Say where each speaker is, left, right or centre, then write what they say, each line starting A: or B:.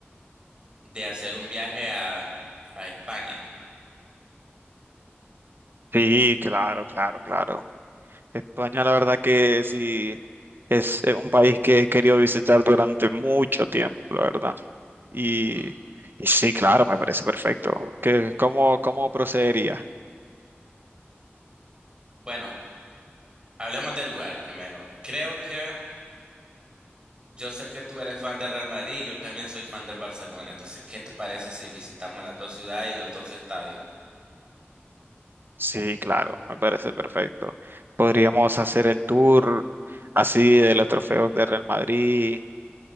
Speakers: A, on the right; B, on the right.
A: de hacer un viaje a, a España.
B: Sí, claro, claro, claro. España, la verdad que sí, es eh, un país que he querido visitar durante mucho tiempo, la verdad. Y,
A: ¿no?
B: y sí, claro, me parece perfecto. ¿Qué, cómo, cómo procedería?
A: Bueno, hablemos de lugares primero. Creo que yo sé que tú eres fan del Real Madrid y yo también soy fan del Barcelona. Entonces, ¿qué te parece si visitamos las dos ciudades y los dos estadios?
B: Sí, claro, me parece perfecto. Podríamos hacer el tour así de los trofeos de Real Madrid